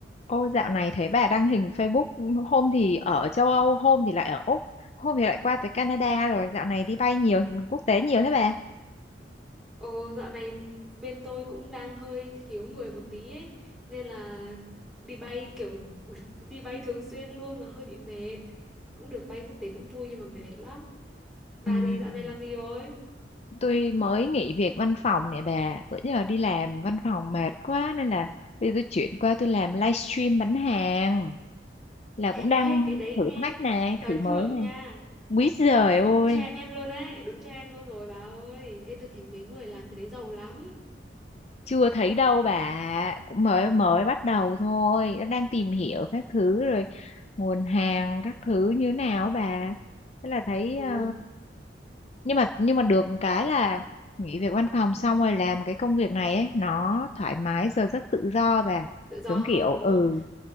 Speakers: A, on the left; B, in the centre.
A: Ô dạo này thấy bà đăng hình Facebook hôm thì ở châu Âu, hôm thì lại ở Úc, hôm thì lại qua tới Canada rồi dạo này đi bay nhiều quốc tế nhiều thế bà.
B: Ồ, dạo này bên tôi cũng đang hơi thiếu người một tí ấy, nên là đi bay kiểu <laughs> đi bay thường xuyên luôn mà hơi bị mệt. Cũng được bay quốc tế cũng vui nhưng mà mệt lắm. Bà
A: Ừm,
B: thì dạo này làm gì rồi?
A: Tôi mới nghỉ việc văn phòng nè bà, bữa giờ đi làm văn phòng mệt quá nên là bây giờ tôi chuyển qua tôi làm livestream bán hàng là
B: <laughs>
A: cũng đang
B: Ê, cái đấy
A: thử
B: nghe
A: thách này,
B: thời
A: thử
B: thượng
A: mới này.
B: nha.
A: Quý giời
B: Cái Đúng
A: ơi
B: trend luôn ấy, đúng trend luôn rồi bà ơi. Ê, tôi thấy mấy người làm cái đấy giàu lắm.
A: chưa thấy đâu bà cũng mới
B: Ừ.
A: mới bắt đầu thôi Nó đang tìm hiểu các thứ rồi nguồn hàng các thứ như nào á bà thế là thấy
B: Ồ,
A: ờ, nhưng mà nhưng mà được cái là nghỉ việc văn phòng xong rồi làm cái công việc này ấy nó thoải mái giờ giấc tự do bà
B: tự do
A: đúng
B: hơn
A: kiểu
B: đúng
A: ừ
B: không?